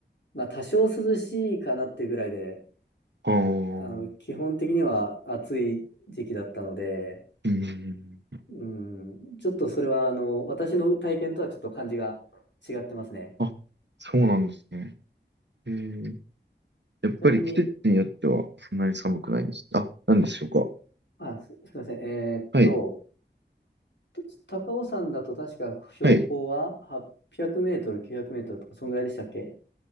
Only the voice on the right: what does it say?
ああ、う
ん。
あ、そうなんですね。えー、やっぱり季節によってはそんなに寒くないんです。
あ、なんでしょうか。
はい。
はい。